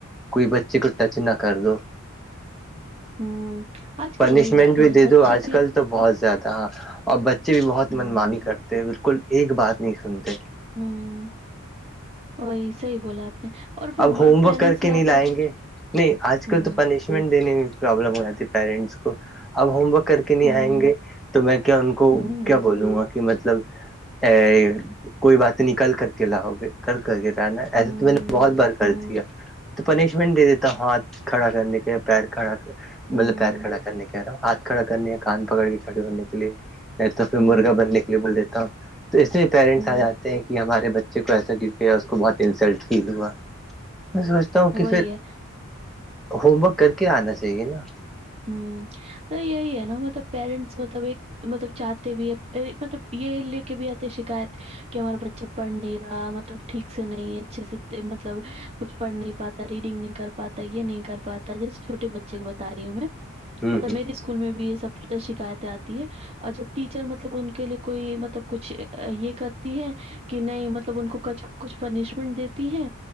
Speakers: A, in the centre; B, on the right.
A: کوئی بچے کو ٹچ نہ کر دو
B: ہوں آج کل
A: پنشمنٹ
B: وہی بات ہے
A: بھی
B: نا
A: دے
B: بچے
A: دو آج
B: بھی
A: کل تو بہت زیادہ ہاں اور بچے بھی بہت
B: ہوں
A: من مانی کرتے تو بالکل ایک بات نہیں سنتے
B: ہوں وہی صحی بولا آپ نے اور پھر
A: اب ہوم
B: پیرنٹس
A: ورک کر
B: ہی
A: کے
B: آ
A: نہیں لائیں گے نہیں آج کل
B: ہوں
A: تو پنش دینے میں پرابلم ہواتی ہے پیرنٹس کو اب ہوم ورک کر کے نہیں
B: ہوں
A: آئیں گے تو میں کیا ان کو
B: ہوں ہوں
A: کیا بولوں گا کہ مطلب ا کوئی بات نکل کر کے لاؤگے کر کر کے لانا ایسا
B: ہوں
A: تو میں نے بہت بر کر
B: ہوں
A: دیا تو پنشمنٹ دے دیتا ہوں ہاتھ کھڑا کرنے کے یا پیر کھڑا کر مطلب
B: ہوں
A: پیر کھڑا کرنے کہہ رہا ہوں ہاتھ کھڑا کرنے ہیں کان پکڑ کے کھڑے ہونے کے لیے تو پھر
B: ہوں
A: مرغا بننے کے لیے بول دیتا ہوں تو اسے پیرنٹس
B: ہوں
A: آ جاتے ہیں کہ ہمارے بچے کو ایسا گر کیا اس کو بہت انسلٹ فیل ہوا ہوں کہ
B: وہی
A: پھر
B: ہے
A: ہوم ورک کر کے آنا چاہیے نا
B: ہاں تو یہی ہے نا مطلب پیرنٹس مطلب ایک مطلب چاہتے بھی ہے مطلب یہ لے کے بھی آتے شکایت کہ ہمارا بچہ پڑھ نہیں رہا مطلب ٹھیک سے نہیں اچھے سے مطلب کچھ پڑھ نہیں پاتا ریڈنگ نہیں کر پاتا یہ نہیں کر پاتا جس چھوٹے بچے کو بتا رہی ہوں میں
A: ہوں
B: مطلب
A: ہ
B: میری اسکول میں بھی یہ سب شکایتیں آتی ہے اور جب ٹیچر مطلب ان کے لیے کوئی مطلب کچھ یہ کرتی ہے کہ نہیں مطلب ان کو کچھ کچھ پنشمنٹ دیتی ہے